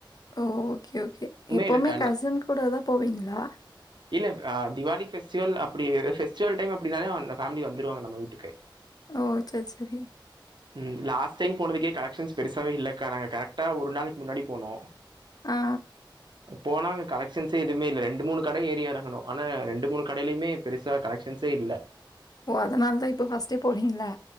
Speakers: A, on the left; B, on the right.
A: ஓ ஓகே ஓகே எப்பவுமே
B: இல்ல
A: கசின் கூட தா போவீங்களா
B: இல்ல அ திவாளி ஃபெஸ்டிவல் அப்டி பெஸ்டிவல் டைம் அப்டினாலே அந்த ஃபேமிலி வந்துருவாங்க நம்ம வீட்டுக்கு
A: ஓ சேர் சேரி
B: உம் ம் லாஸ்ட் டைம் போனதுக்கே கலக்ஷன்ஸ் பெருசாவே இல்லைக்கா நாங்க கரெக்டா ஒரு நாளைக்கு முன்னாடி போனோ
A: ஆ
B: போனா அங்க கலெக்ஷன்ஸ்ஸே எதுமே இல்ல ரெண் டு மூணு கட ஏரி எறங்குனோ ஆனா ரெண்டு மூணு கடைலையுமே பெருசா கலெக்ஷன்ஸே இல்ல
A: ஓ அதனால தா இப்போ ஃபர்ஸ்டே போறீங்களா